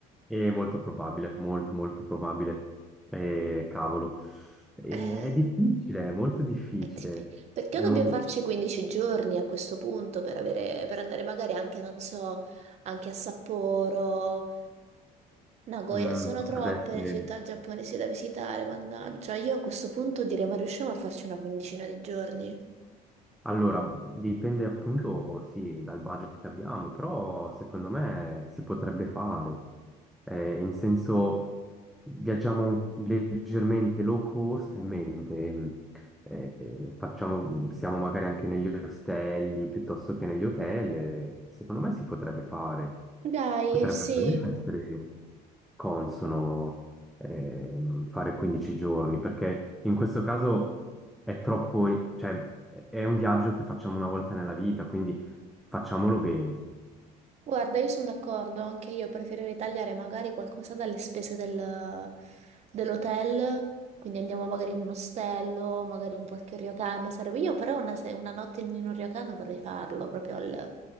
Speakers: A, in the centre; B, on the right.
A: È molto probabile, molto, molto probabile. Eh, cavolo. Eh,
B: Eh,
A: è difficile, è molto difficile.
B: È diffi- Perché
A: Devo-
B: dobbiamo farci 15 giorni a questo punto per avere, per andare magari anche, non so, anche a Sapporo, Nagoya?
A: mm,
B: Sono
A: potrebbe
B: troppe
A: essere.
B: le città giapponesi da visitare, mannaggia. Io a questo punto direi, ma riusciamo a farci una quindicina di giorni?
A: Allora, dipende appunto, sì, dal budget che abbiamo, però secondo me si potrebbe fare. Eh, in senso, viaggiamo leggermente low cost e mente, eh, eh, facciamo, siamo magari anche negli ostelli piuttosto che negli hotel. eh, Secondo me si potrebbe fare.
B: Dai,
A: Potrebbe
B: sì.
A: veramente essere consono ehm, fare 15 giorni, perché in questo caso è troppo, cioè, è è un viaggio che facciamo una volta nella vita, quindi facciamolo bene.
B: Guarda, io sono d'accordo, anche io preferirei tagliare magari qualcosa dalle spese del- dell'hotel, quindi andiamo magari in un ostello, magari un qualche ryokan, sarebbe io però una, se- una notte in un ryokan vorrei farlo, proprio al-